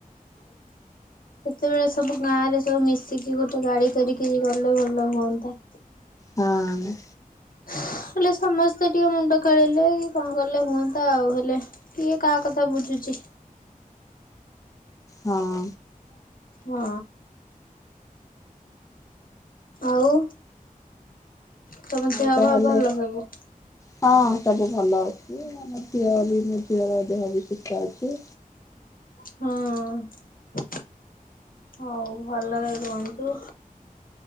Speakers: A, on the left; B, on the left.
A: <inaudible> କେତେବେଳେ ସବୁ ଗାଁ ରେ ସବୁ ମିସି ସେଟି ଗୋଟେ ଗାଡି କରିକି ଗଲେ ଭଲ ହୁଅନ୍ତା।
B: ହଁ
A: ହେଲେ ସମସ୍ତେ ଟିକେ ମୁଣ୍ଡ ଖେଲେଇଲେ କଣ କଲେ ହୁଅନ୍ତା ଆଉ ହେଲେ ଟିକେ କାହା କଥା ବୁଝୁଛି।
B: ହଁ।
A: ହଁ। ଆଉ ତମ
B: ଆଉ
A: ଦେହ
B: ତାହେଲେ
A: ପା ଭଲ ସବୁ?
B: ହଁ ସବୁ ଭଲ ଅଛି। ଆମ ଝିଅ ବି ମୋ ଝିଅର ଦେହ ବି ସୁସ୍ଥ ଅଛି।
A: ହଁ। ହଉ ଭଲରେ ରୁହନ୍ତୁ